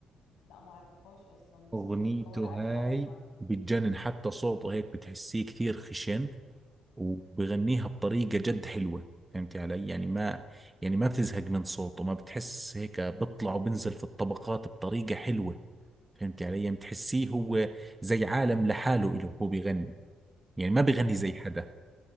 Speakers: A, on the left (about 85°); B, on the right (about 15°).
A: لا ما اعرفهاش اصلا بس
B: اغنيته
A: ممكن ادور عليها
B: هاي
A: اسمع
B: بتجنن حتى صوته هيك بتحسيه كثير خشن وبغنيها بطريقه جد حلوه فهمتي علي يعني ما يعني ما بتزهق من صوته ما بتحس هيك بطلع وبنزل في الطبقات بطريقه حلوه فهمت علي يعني بتحسيه هو زي عالم لحاله إله هو بيغني يعني ما بيغني زي
A: انا ممكن
B: حدا